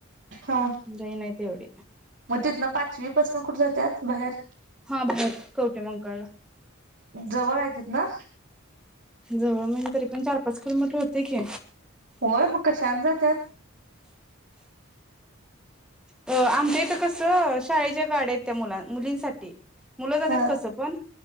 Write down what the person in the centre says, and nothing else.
लई नाहीत एवढी
हा बाहेर कवटे मंकाळला
जवळ म्हणजे तरी पण चार पाच किलोमीटर होतय की
अ आमच्या इथं कसं शाळेच्या गाड्या आहेत त्या मुला मुलींसाठी मुलं जातात
कस पण